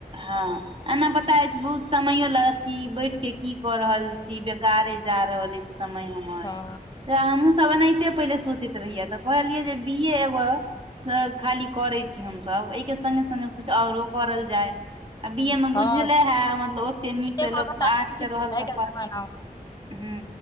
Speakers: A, on the right (about 35°); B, on the left (about 25°).
A: हँ एना बता बहुत समयो लागत कि बैठ के की कऽ रहल छी बेकारे जा रहल अइछ समय हमर
B: हँ
A: जे हमहूँसब एनाहिते पहिले सोचैत रहियै तऽ कहलियै जे बीे एबह खाली करे छी हमस एहि के संगे सगे कुछ औरो करल जाय आ बी ए मे
B: हँ
A: बुझले है मतलब ओते नीक
B: एक
A: से लोक
B: ओकर सामने
A: आर्ट्स
B: छै,
A: से रहल
B: आइ
A: तऽढ़
B: काल्हि जमाना
A: ह